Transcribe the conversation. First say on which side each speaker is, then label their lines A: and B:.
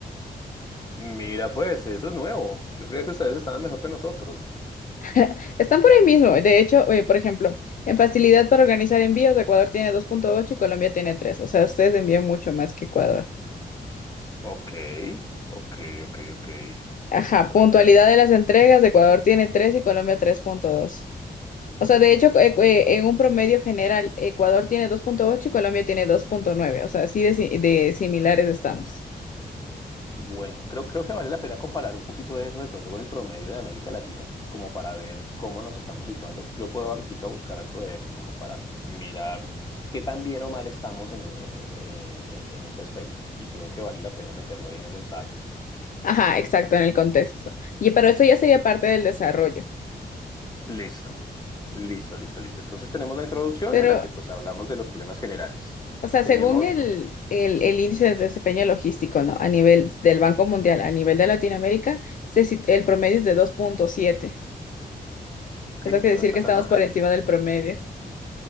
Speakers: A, on the left; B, on the left.
A: Mira, pues eso es nuevo. Yo creía que ustedes estaban mejor que nosotros.
B: <laughs> Están por ahí mismo. De hecho, eh, por ejemplo, en facilidad para organizar envíos, Ecuador tiene 2.8 y Colombia tiene 3. O sea, ustedes envían mucho más que Ecuador.
A: Ok, ok, ok, ok.
B: Ajá,
A: Bueno,
B: puntualidad de las entregas, Ecuador tiene 3 y Colombia 3.2. O sea, de hecho, eh, eh, en un promedio general, Ecuador tiene 2.8 y Colombia tiene 2.9. O sea, así de, si- de similares estamos.
A: bueno, creo, creo que vale la pena comparar un poquito eso de pronto con el promedio de América Latina, como para ver cómo nos estamos situando. Yo puedo ahorita buscar algo de eso, como para mirar qué tan bien o mal estamos en, eh, eh, en ese aspecto. Y creo que vale la pena meterlo ahí en el ensayo.
B: Ajá, exacto, en el contexto. Y pero eso ya sería parte del desarrollo.
A: Listo, listo, listo, listo. Entonces tenemos la introducción
B: Pero,
A: en la que pues hablamos de los problemas generales.
B: o sea,
A: Tenemos,
B: según el, el, el índice de desempeño logístico, ¿no? A nivel del Banco Mundial, a nivel de Latinoamérica, se sit- el promedio es de dos punto siete.
A: que
B: Eso
A: no
B: quiere decir
A: no está
B: que estamos
A: tan mal.
B: por encima del promedio.